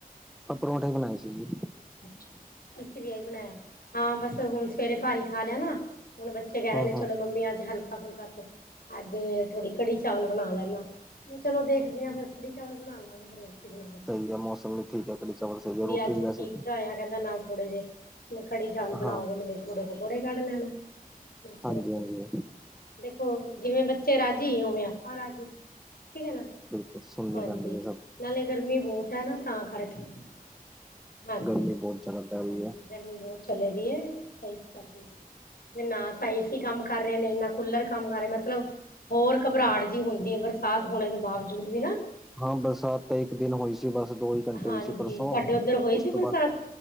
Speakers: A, in the centre; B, on the left (about 75°).
A: ਆਪਾਂ ਪਰੌਂਠੇ ਬਣਾਏ ਸੀ ਜੀ।
B: ਅੱਛਾ ਅਸੀਂ ਵੀਆਹੀ ਬਣਾਇਆ। ਹਾਂ ਬਸ ਹੁਣ ਸਵੇਰੇ ਭਾਰੀ ਖਾ ਲਿਆ ਨਾ ਹੁਣ ਬੱਚੇ ਕਹਿ ਰਹੇ
A: ਹੂੰ-ਹੂੰ,
B: ਨੇ ਚਲੋ ਮੰਮੀ ਅੱਜ ਹਲਕਾ ਫੁਲਕਾ ਤੇ ਅੱਜ ਥੋੜ੍ਹੀ ਕੜੀ ਚਾਵਲ ਬਣਾ ਲੈਦਾ। ਮੈਂ ਚਲੋ ਦੇਖਦੇ ਹ ਆ ਫਿਰ ਕੜੀ ਚਾਵ ਬਣਾ ਲਾ ਜ ਫਿਰ ਰੋਟੀ ਬਣਾ ਲਣਾ।
A: ਜਾਂ ਮੌਸਮ ਵੀ ਠੀਕ ਹੈ ਕੜੀ ਚਾਵਲ ਸਹੀ ਰੋਟੀ
B: ਅੱਜ
A: ਵੈਸੇ
B: ਠੀਕ ਜਾ ਹੋਇਆ ਕਹਿੰਦਾ ਨਾਲ ਥੋੜ੍ਹੇ ਜਹੇ ਕੜੀ ਚਾਵਲ ਬਣਾਗੇ
A: ਹਾਂ
B: ਨਾਲ ਥੋੜੇ ਪਕੌੜੇ ਕੱਢ ਲੈਣਾ, ਕਿਹਾ ਚਲੋ
A: ਹਾਂਜੀ-ਹਾਂਜੀ,
B: ਕੋਈ। ਦੇਖੋ, ਜਿਵੇਂ ਬੱਚੇ ਰਾਜੀ ਹੋਵੇਂ ਆਪਾਂ ਰਾਜੀ ਠੀਕ ਹੈ ਨਾ।
A: ਕੁਛ ਸੁੁੰਨਨੀ
B: ਹਾਂਜੀ,
A: ਕਰਨਢ ਜ ਸਭ।
B: ਨਾਲੇ ਗਰਮੀ ਬਹੁਤ ਹੈ ਨਾ ਤਾਂ ਕਰਕੇ। ਹਾਂਜੀ।
A: ਗਰਮੀ ਬਹੁਤ ਜ਼ਿਆਦਾ ਪੈ ਰਹੀ
B: ਹਾਂਜੀ
A: ਹੈ।
B: ਗਰਮੀ ਬਹੁਤ ਚਲੇ ਦੀ ਹੈ ਤਾਂ ਇਸ ਕਰਕੇ ਨਾ ਤਾਂ ਏਸੀ ਕੰਮ ਕਰ ਰਹੇ ਨੇ, ਨਾ ਕੂਲਰ ਕੰਮ ਕਰ ਰਹੇ ਮਤਲਬ ਹੋਰ ਘਬਰਾਹਟ ਜਿਹੀ ਹੁੰਦੀ ਹੈ ਬਰਸਾਤ ਹੋਣੇ ਦੇ ਬਾਵਜੂਦ ਵੀ ਨਾ।
A: ਹਾਂ ਬਰਸਾਤ ਤਾਂ ਇੱਕ ਦਿਨ ਹੋਈ ਸੀ ਬਸ ਦੋ ਹੀ ਘੰਟੇ
B: ਹਾਂਜੀ
A: ਹੋਈ ਸੀ ਪਰਸੋਂ,
B: ਤੁਹਾਡੇ ਉੱਧਰ ਹੋਈ
A: ਉਸ
B: ਸੀ
A: ਤੋਂ
B: ਬਰਸਾਤ
A: ਬਾਅਦ